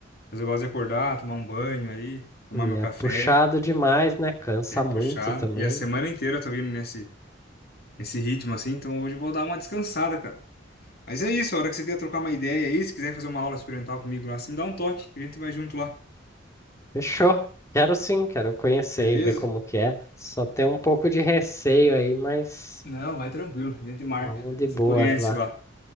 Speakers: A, on the left; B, on the left.
A: mas eu gosto de acordar, tomar um banho aí, tomar
B: E
A: meu
B: é
A: café,
B: puxado demais, né? Cansa
A: é puxado.
B: muito também.
A: E a semana inteira eu tô vindo nesse, nesse ritmo assim, então hoje eu vou dar uma descansada, cara. Mas é isso, a hora que você quiser trocar uma ideia aí, se quiser fazer uma aula experimental comigo lá, você me dá um toque, a gente vai junto lá.
B: Fechou. Quero sim, quero conhecer
A: Beleza?
B: e ver como que é. Só tem um pouco de receio aí, mas
A: Não, vai tranquilo, a gente marca.
B: vamos de
A: Você
B: boas
A: conhece
B: lá.
A: lá.